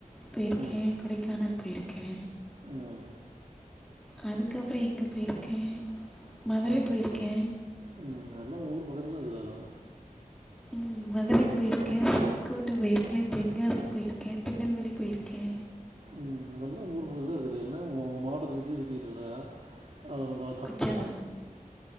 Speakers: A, in the centre; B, on the right.
A: போயிருக்கே
B: ம்
A: கொடைக்கானல் போயிருக்கே
B: ம்
A: அதுக்கப்புற எங்கே போயிருக்கே மதுர போயிருக்கே
B: ம் அதெல்லா ஊர் பக்கத்துலா இருக்குது இது எல்லா
A: ம் மதுர போயிருக்கே செங்கோட்டை போயிருக்கே தெங்காசி போயிருக்கே திருநல்வேலி போயிருக்கே
B: ம் அதெல்லா உங்க ஊர் பக்கத்துலதா இருக்குது எஎல்லா உ உங்க மாவட்டத்த சுத்தி சுத்திட்டு இருக்க அழவந்த
A: குற்றால